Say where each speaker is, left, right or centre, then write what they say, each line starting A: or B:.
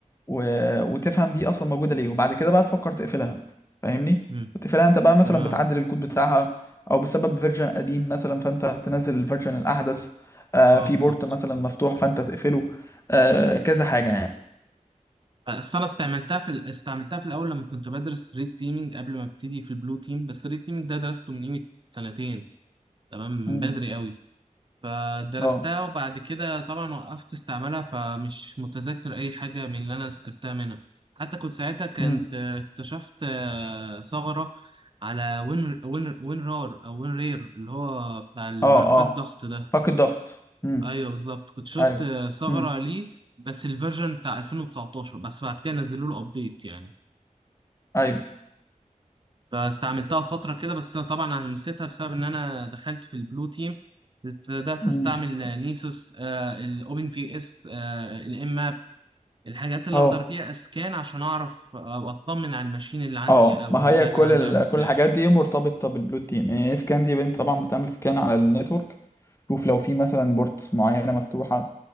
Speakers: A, on the left (about 20°); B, on the right (about 35°).
A: و... وتفهم دي اصلا موجوده ليه وبعد كده بقى تفكر تقفلها فاهمني
B: مم.
A: وتقفلها انت بقى مثلا
B: تمام
A: بتعدل الكود بتاعها او بسبب فيرجن قديم مثلا فانت تنزل الفيرجن الاحدث آه
B: أه
A: في
B: بالظبط
A: بورت مثلا مفتوح فانت تقفله آه كذا حاجه يعني
B: أصل أنا استعملتها في ال... استعملتها في الأول لما كنت بدرس ريد تيمينج قبل ما أبتدي في البلو تيم بس الريد تيمينج ده درسته من قيمة سنتين تمام من
A: امم
B: بدري أوي فدرستها
A: اه
B: وبعد كده طبعا وقفت استعملها فمش متذكر أي حاجة من اللي أنا ذاكرتها منها حتى كنت ساعتها كنت
A: امم
B: آه، اكتشفت آه، ثغرة على وين وين وين رار أو وين رير اللي هو بتاع الملفات
A: اه اه
B: الضغط ده
A: فك الضغط امم
B: ايوه بالظبط كنت شفت
A: ايوه
B: ثغرة
A: امم
B: ليه بس الفيرجن بتاع 2019 بس بعد كده نزلوا له ابديت يعني
A: ايوه
B: فاستعملتها فترة كده بس أنا طبعا أنا نسيتها بسبب إن أنا دخلت في البلو تيم بدأت
A: امم
B: أستعمل نيسوس آه، الأوبن في إس آه، الإم ماب الحاجات اللي
A: اه
B: أقدر بيها أسكان عشان أعرف أو أطمن على الماشين اللي عندي
A: اه
B: أو
A: ما
B: الجهاز
A: هي كل
B: اللي عندي
A: ال...
B: عامل إزاي
A: كل الحاجات دي مرتبطه بالبلو تيم يعني سكان دي بنت طبعا بتعمل سكان على النتورك شوف لو في مثلا بورتس معينه مفتوحه